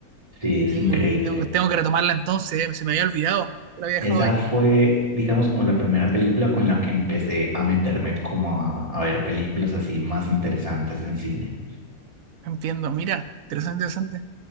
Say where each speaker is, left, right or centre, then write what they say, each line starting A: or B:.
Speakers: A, on the right; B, on the right.
A: sí,
B: Uh,
A: es increíble.
B: tengo, tengo que retomarla entonces, eh, se me había olvidado. que La había dejado
A: Esa
B: ahí.
A: fue, digamos, como la primera película con la que empecé a meterme como a, a ver películas así más interesantes en cine.
B: Entiendo, mira, interesante, interesante.